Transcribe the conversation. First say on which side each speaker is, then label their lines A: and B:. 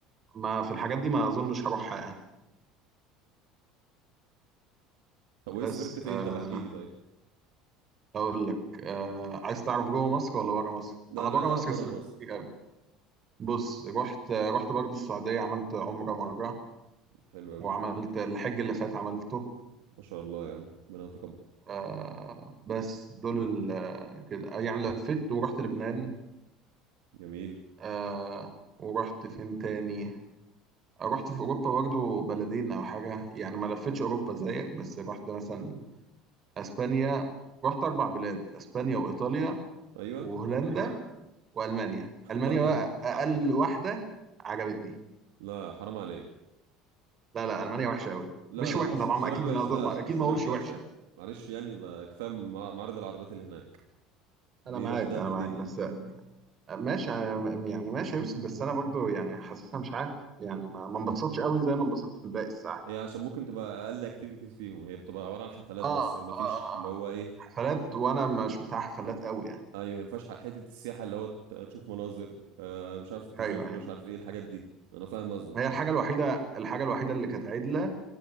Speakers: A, on the right (about 40°); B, on the right (about 80°).
A: ما في الحاجات دي ما اظنش هروحها يعني
B: طب وايه
A: بس
B: سافرت فين
A: آه
B: طب احكي لي طيب
A: اقول لك آه عايز تعرف جوه مصر ولا بره مصر
B: لا
A: انا
B: انا
A: بره
B: عايز اعرف
A: مصر
B: بره
A: سافرت
B: مصر
A: كتير قوي بص رحت رحت برضو السعوديه عملت عمره مره
B: حلو قوي
A: وعملت الحج اللي فات عملته
B: ما شاء الله يا عم ربنا يتقبل
A: آه بس دول ال آه، كده آه، يعني لفيت ورحت لبنان
B: جميل
A: آه ورحت فين تاني آه، رحت في أوروبا برضو بلدين أو حاجة يعني ما لفتش أوروبا زيك بس رحت مثلا أسبانيا رحت أربع بلاد أسبانيا وإيطاليا
B: ايوه
A: وهولندا وألمانيا
B: <laughs>
A: ألمانيا
B: طب يا
A: بقى
B: عم
A: أقل واحدة عجبتني
B: لا حرام عليك
A: لا لا ألمانيا وحشة أوي
B: لا
A: مش
B: لا
A: وحشة
B: مش
A: طبعا
B: مش درجة
A: أكيد ما
B: وحشة
A: أقدر-
B: لا
A: ما-
B: لا
A: أكيد
B: مش
A: ما
B: درجة
A: أقولش
B: وحشة
A: وحشة
B: معلش يعني ما- كفاية مع- معارض العربيات اللي هناك دي
A: أنا معاك
B: لوحدها
A: أنا
B: بالدنيا
A: معاك بس ماشي آه، يعني ماشي هيفصل بس انا برضو يعني حاسسها مش عارف يعني ما ما انبسطتش قوي زي ما انبسطت في الباقي الساعه
B: هي عشان ممكن تبقى أقل اكتيفيتيز فيهم هي بتبقى عبارة عن حفلات
A: اه
B: بس
A: اه
B: ما
A: اه
B: فيش اللي
A: آه.
B: هو إيه
A: حفلات وانا مش بتاع حفلات قوي يعني
B: أيوه ما ينفعش ح- حتة السياحة اللي هو ت- تشوف مناظر آه مش عارف تزور
A: ايوه يعني
B: مش عارف إيه الحاجات دي أنا فاهم قصدك
A: هي الحاجه الوحيده الحاجه الوحيده اللي كانت عدله